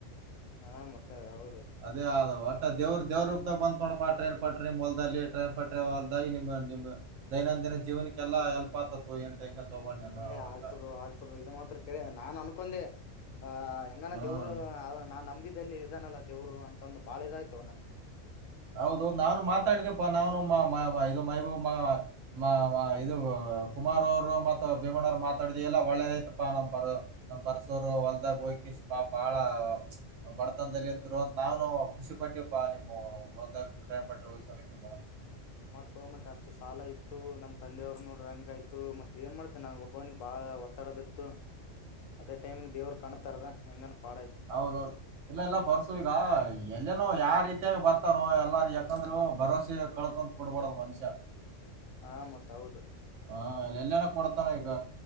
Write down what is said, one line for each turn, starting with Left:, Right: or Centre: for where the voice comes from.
Left: ಹಾ ಮತ್ತ ಹೌದು
Right: ಅದೇ ಅದ್ ಒಟ್ಟ ದೇವ್ರ ದೇವ್ರರೂಪ್ದಾಗ ಬಂತ ನೋಡಪಾ ಟ್ರೈನ್ ಪಟ್ರಿ ನಿಮ್ಮ ಹೊಲ್ದಲ್ಲಿ ಟ್ರೈನ್ ಪಟ್ರಿ ಅಲ್ದ ನಿ ನಿಮ್ ದೈನಂದಿನ ಜೀವನಕ್ಕೆಲ್ಲಾ ಹೆಲ್ಪ್ ಆತದ್ ತೋಗ ಏನ್ ಟೆನ್ಷನ್ ತಗೊಂಬೇಡ ನೀನ
Left: ಏ
Right: ಅವ್ರಕ್ಕ
Left: ಆಗ್ತದ ಇದು ಮಾತ್ರ ಕರೆ ನಾನ್ ಅನ್ಕೊಂಡೆ ಆ ಹೆಂಗನ
Right: ಹ್ಮ್
Left: ದೇವ್ರು ನಾನ್ ನಂಬಿದ ಇದಲ್ಲಿ ಇದಾನಲ್ಲ ದೇವ್ರು ಅಂತ ಅಂದ ಬಾಳ ಇದಾಯ್ತೊ ನನ್ಗ
Right: ಹೌದೌದ್ ನಾನು ಮಾತಾಡಿದಪ್ಪಾ ನಾನು ಮೆಹಬೂಬ್ ಮಾವ ಮ ಮ ಇದು
Left: ಹ್ಮ್
Right: ಕುಮಾರ್ ಅವರು ಮತ್ತ ಭೀಮಣವ್ರ ಮಾತಾಡಿದಿವ ಇಲ್ಲಾ ಒಳ್ಳೇದ ಐತಪ್ಪಾ ನಮ್ ಪರ್ ನಮ್ ಪರ್ಸವರು ಹೊಲ್ದಾಗ ಹೋಗಕಿ ಪಾಪ್ ಬಾಳ ಬಡತನದಲ್ಲಿ ಇದ್ದರು ಅಂತ ನಾವುನು ಖುಷಿ ಪಟ್ಟಿಪಾ ನಿಮ್ಮ ಹೊಲದಾಗ ಟ್ರೈನ್ ಪಟ್ಟ್ರಿ ಹೋಗಿಸಲಕಿಂದ್
Left: ಏನ್ ಮಾಡ್ತವೂ ಮತ್ತ್ ಅಷ್ಟ ಸಾಲ ಇತ್ತು ನಮ್ಮ ತಂದಿವರಿಗ ನೋಡ್ರಿ ಹಂಗಾಯ್ತ ಮತ್ ಏನ್ ಮಾಡ್ತಿ ನನಗ್ ಒಬ್ಬವನಿಗೆ ಬಾಳ ಒತ್ತಡ ಬಿತ್ತು ಅದೇ ಟೈಮಿಗ್ ದೇವ್ರು ಕಣ್ಣತ್ತೆರದ್ ಹೆಂಗನ್ ಪಾಡ ಆಯ್ತು
Right: ಹೌದೌದ್ ಇಲ್ಲ ಇಲ್ಲ ಪರ್ಸು ಈಗ ಎಲ್ಲನೋ ಯಾವ ರೀತಿಯಾಗ ಬರ್ತಾರೋ ಎಲ್ಲರಿಗ ಯಾಕಂದ್ರ ಭರವಸೆ ಕಳ್ಕೊಂಡ ಬುಡಬಡದ ಮನುಷ್ಯ
Left: ಹ ಮತ್ ಹೌದು
Right: ಹಾ ಎಲ್ಯಾನ ಕೊಡ್ತಾರ ಈಗ